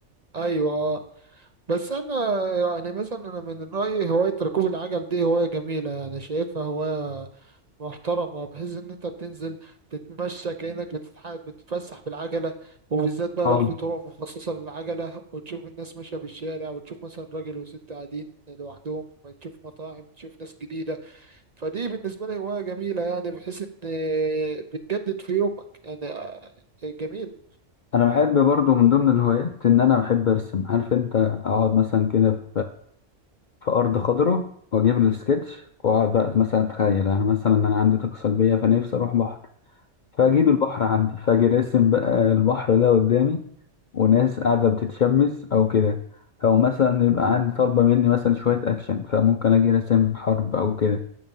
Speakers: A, on the right; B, on the left.
A: ايوه آه. بس انا يعني مثلا انا من رايي هوايه ركوب العجل دي هوايه جميله يعني شايفها هوايه محترمه بحيث ان انت بتنزل تتمشى كانك بتتح- بتتفسح بالعجله وبالذات بقى
B: اه
A: لو في طرق مخصصه للعجله وتشوف الناس ماشيه في الشارع وتشوف مثلا راجل وست قاعدين لوحدهم تشوف مطاعم تشوف ناس جديده فدي بالنسبه لي هوايه جميله يعني بحيث ان بتجدد في يومك يعني جميل
B: انا بحب برضو من ضمن الهوايات ان انا بحب ارسم عارف انت اقعد مثلا كده في أرض خضراء وأجيب السكتش وأقعد بقى مثلا أتخيل أنا مثلا أنا عندي طاقة سلبية فنفسي أروح بحر فأجيب البحر عندي فأجي راسم بقى البحر ده قدامي وناس قاعدة بتتشمس أو كده أو مثلا يبقى عندي طالبة مني مثلا شوية أكشن فممكن أجي راسم حرب أو كده